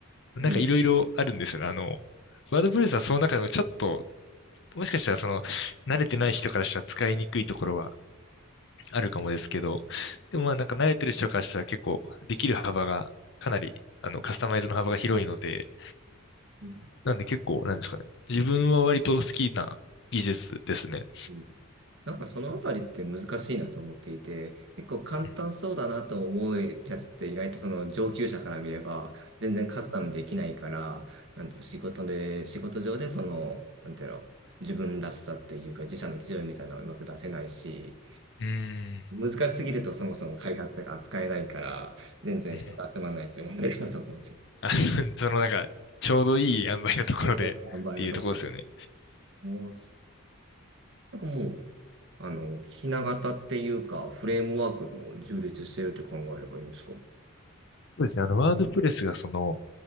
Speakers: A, on the left (about 55°); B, on the right (about 55°).
A: なんかいろいろあるんですよね。
B: うん。
A: あの、ワードプレスはその中でもちょっと、もしかしたらその、慣れてない人からしたら使いにくいところはあるかもですけど、でもまあなんか慣れてる人からしたら結構できる幅がかなり、あの、カスタマイズの幅が広いので、
B: うん
A: なんで結構、なんですかね。自分は割と好きな技術ですね。
B: うんなんかそのあたりって難しいなと思っていて、結構簡単そうだなと思うやつって意外とその上級者から見れば全然カスタムできないから、
A: うん。
B: なんていうの、仕事で、仕事上でその、なんていうの、自分らしさっていうか自社の強いみたいなのをうまく出せないし、
A: うん
B: 難しすぎるとそもそも開発者が扱えないから、全然人が集まらないって問題があると思うんですよ。
A: うん <laughs> あ、そそのなんか、ちょうどいい塩梅のところでっていうところですよね。
B: <laughs> 塩梅のところ。もうなんかもう、あの、ひな型っていうか、フレームワークも充実してるって考えればいいんですか
A: そうですね。あの、ワードプレスがその、